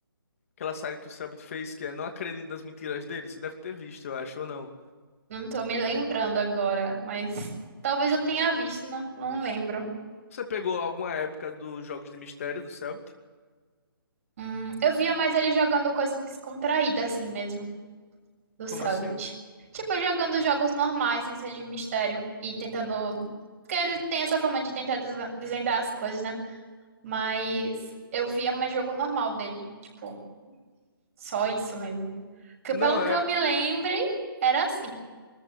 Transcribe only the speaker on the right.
Não tô me lembrando agora, mas talvez eu tenha visto, não, não lembro.
Hum, eu via mais ele jogando coisas descontraídas, assim mesmo, do
Cellbit.
Tipo, jogando jogos normais, sem ser de mistério. E tentando. Porque ele tem essa forma de tentar desva- desvendar as coisas, né? Mas eu via mais jogo normal dele. Tipo, só isso mesmo. Que,
eu- pelo que
eu me lembre, era assim.